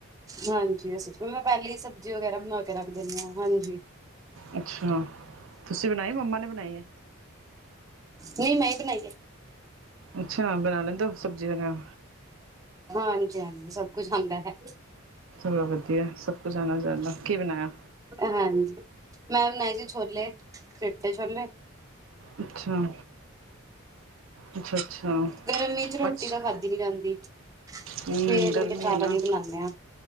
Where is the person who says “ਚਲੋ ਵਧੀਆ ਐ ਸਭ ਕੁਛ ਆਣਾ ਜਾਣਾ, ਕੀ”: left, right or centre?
Right